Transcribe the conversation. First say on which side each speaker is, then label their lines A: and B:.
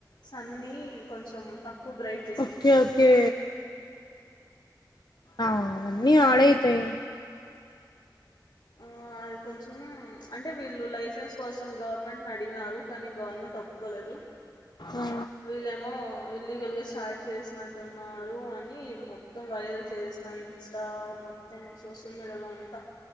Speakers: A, on the left; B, on the left.
A: సన్ నీ కొంచెం తక్కువ బ్రైట్ చేసేకి
B: ఓకే ఓకే. ఆ అవన్నీ
A: కానీ
B: ఆడైతయ్.
A: ఆ అది కొంచెం అంటే వీళ్ళు లైసెన్స్ కోసం గవర్నమెంట్ ని అడిగినారు, కానీ గవర్నమెంట్ ఒప్పుకోలేదు.
B: ఆ
A: వీళ్లేమో ఇల్లీగల్గా స్టార్ట్ చేసినట్టున్నారు అని, మొత్తం వైరల్ చేస్తున్నారు. ఇన్స్టా మొత్తం సోషల్ మీడియాలో అంతా.